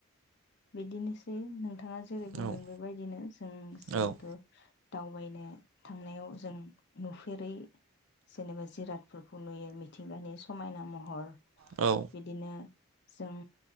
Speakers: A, on the left (about 50°); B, on the right (about 70°).
A: बिदिनोसै नों नोंथाङा जेरै
B: औ
A: बुंदों बेबायदिनो जों जिहेथु
B: औ
A: दावबायनो थांनायाव जों नुफेरै जेनेबा जिरादफोरखौ नुयो मिथिंगानि समायना महर
B: औ
A: बिदिनो जों